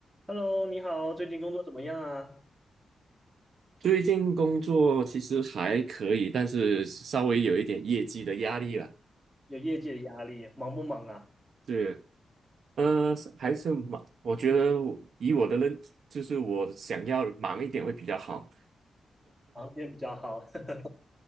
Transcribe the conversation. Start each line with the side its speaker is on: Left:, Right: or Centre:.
Centre: Hello，你好，最近工作怎么样啊？
Right: 最近工作其实还可以，但是稍微有一点业绩的压力了。
Centre: 有业绩的压力，忙不忙啊？
Right: 对，呃，还是忙，我觉得我以我的认，就是我想要忙一点会比较好。
Centre: 忙也比较好。<laughs>